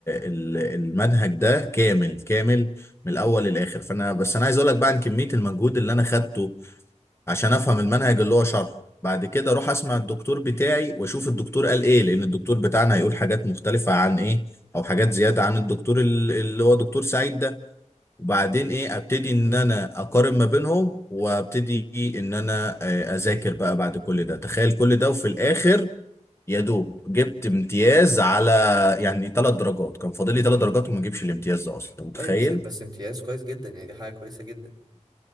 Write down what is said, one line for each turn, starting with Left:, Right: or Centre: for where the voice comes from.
Left: ال- المنهج ده كامل كامل من الاول للاخر فانا بس انا عايز اقول لك بقى عن كميه المجهود اللي انا خدته عشان افهم المنهج اللي هو شرحه بعد كده اروح اسمع الدكتور بتاعي واشوف الدكتور قال ايه لان الدكتور بتاعنا هيقول حاجات مختلفة عن ايه او حاجات زيادة عن الدكتور ال- اللي هو دكتور سعيد ده وبعدين ايه ابتدي ان انا اقارن ما بينهم وابتدي ان انا آه، اذاكر بقى بعد كل ده تخيل كل ده وفي الاخر يا دوب جبت امتياز على يعني ثلاث درجات كان فاضل لي ثلاث درجات وما اجيبش الامتياز ده اصلا انت متخيل
Right: بس بس امتياز كويس جدا يعني دي حاجة كويسة جدا